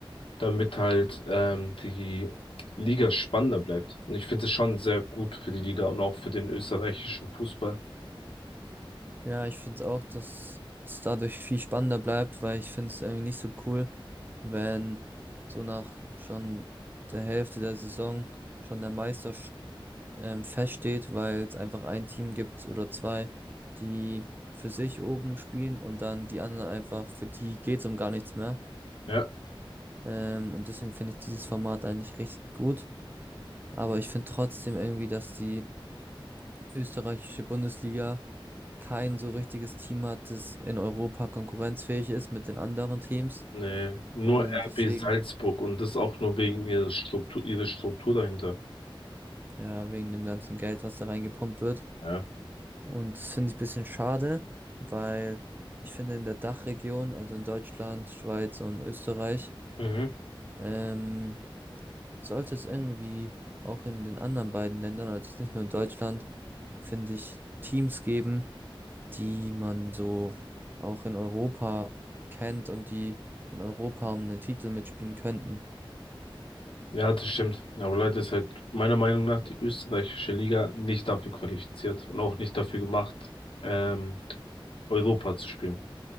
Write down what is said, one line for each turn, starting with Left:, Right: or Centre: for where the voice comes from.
Left: damit halt ähm, die Liga spannender bleibt. Und ich finde es schon sehr gut für die Liga und auch für den österreichischen Fußball.
Right: Ja, ich finde es auch, dass es dadurch viel spannender bleibt, weil ich finde es irgendwie nicht so cool, wenn so nach schon der Hälfte der Saison schon der Meister ähm, feststeht, weil es einfach ein Team gibt oder zwei, die für sich oben spielen und dann die anderen einfach, für die geht's um gar nichts mehr.
Left: Ja.
Right: Ähm, und deswegen finde ich dieses Format eigentlich richtig gut. Aber ich finde trotzdem irgendwie, dass die österreichische Bundesliga kein so richtiges Team hat, das in Europa konkurrenzfähig ist mit den anderen Teams.
Left: Nee, nur
Right: Und
Left: RB
Right: deswegen,
Left: Salzburg und das auch nur wegen ihrer Struktur, ihrer Struktur dahinter.
Right: ja, wegen dem ganzen Geld, was da reingepumpt wird.
Left: Ja.
Right: Und das finde ich ein bisschen schade, weil ich finde in der Dachregion, also in Deutschland, Schweiz und Österreich,
Left: Mhm.
Right: ähm, sollte es irgendwie auch in den anderen beiden Ländern, also jetzt nicht nur in Deutschland, finde ich, Teams geben, die man so auch in Europa kennt und die in Europa um einen Titel mitspielen könnten.
Left: Ja, das stimmt. Aber Leute ist halt meiner Meinung nach die österreichische Liga nicht dafür qualifiziert und auch nicht dafür gemacht, ähm, Europa zu spielen.